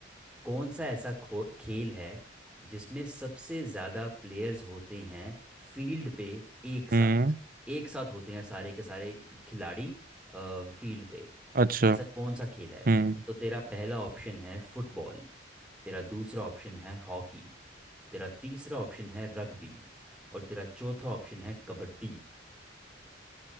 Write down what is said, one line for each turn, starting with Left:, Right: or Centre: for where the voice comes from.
Centre: कौन सा ऐसा खो खेल है जिसमें सबसे ज़्यादा प्लेयर्स होते हैं फील्ड पे एक साथ
Right: हम्म
Centre: एक साथ होते हैं सारे के सारे खिलाड़ी फील्ड पे
Right: अच्छा
Centre: ऐसा कौन सा खेल है
Right: हम्म
Centre: तो तेरा पहला ऑप्शन है फुटबॉल तेरा दूसरा ऑप्शन है हॉकी तेरा तीसरा ऑप्शन है रग्बी और तेरा चौथा ऑप्शन है कबड्डी